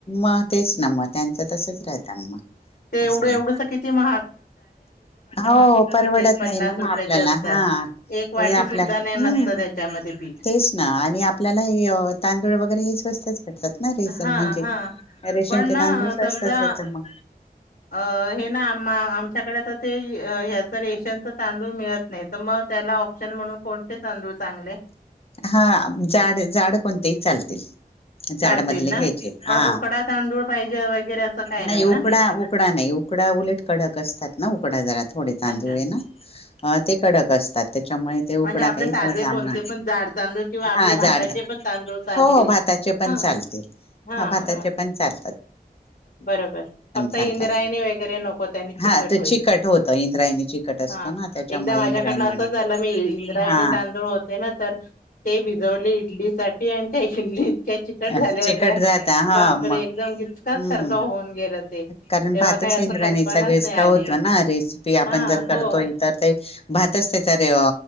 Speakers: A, on the left; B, on the left.
A: मग तेच ना मग त्यांचं तसच राहत ना मग
B: ते एवढं
A: असं आहे
B: एवढंस किती महा
A: हो परवडत
B: पन्नास
A: नाही ना मग
B: रुपयाचे
A: आपल्याला
B: असतात
A: हा.
B: एक वाटी
A: हे आपल्याला
B: सुद्धा नाही नसतं
A: म्ह
B: त्याच्यामध्ये पीठ
A: तेच. ना आणि आपल्याला हे तांदूळ वगैरे हे स्वस्तच. <unintelligible>
B: हा
A: म्हणजे
B: हा
A: रेशनचे
B: पण ना
A: तांदूळ
B: समजा
A: असत म
B: अ, हे ना, आ ऽआमच्याकडे आता तेऽ ह्याचं रेशनच तांदूळ मिळत नाही, तर मग त्याला ऑप्शन म्हणून कोणते तांदूळ चांगले?
A: हां जाड, जाड कोणतेही चालतील. जाडमधले
B: चालतील ना
A: घ्यायचे हा
B: पण उकडा तांदूळ पाहिजे वगैरे असं काही
A: नाही
B: ना
A: उकडा उकडा नाही. उकडा उलट कडक असतात ना उकडा जरा थोडे तांदूळ
B: अच्छा
A: ना ते कडक असतात. त्याच्यामुळे ते
B: म्हणजे
A: उकडा
B: आपले
A: काहीच
B: साधे
A: सामना
B: कोणते पण जाड तांदूळ किंवा आपले
A: हां,
B: भाताचे
A: जाड
B: पण तांदूळ चालतील
A: होऽ भाताचे पण
B: हा
A: चालतील.
B: हा
A: हां भाताचे पण चाल.
B: बरोबर, फक्त
A: चालतात
B: इंद्रायणी वगैरे नको त्यांनी चिकट
A: हा तो
B: होईल.
A: होतं इंद्रायणी चिकट असतो
B: हा
A: ना त्याच्यामुळे
B: एकदा माझ्याकडनं
A: इंद्रायणी
B: असं झालं मी इंद्रायणी
A: हा
B: तांदूळ होते ना. तर ते भिजवले इडली साठी आणि त्या इडली. चिकट
A: अ
B: झाल्या
A: चिकट
B: होत्या
A: जात हा
B: बापरे
A: मग
B: एकदम गिचकाच
A: हम्म.
B: सारखं होऊन गेलं ते
A: कारण
B: तेव्हा
A: भातच
B: काही असं
A: ईद्रायणीचा
B: कल्पनाच
A: गिचका
B: नाही आली
A: होतो नारेसिपी आपण
B: हा
A: जर करतोय.
B: हो
A: तर ते भातच त्या रे.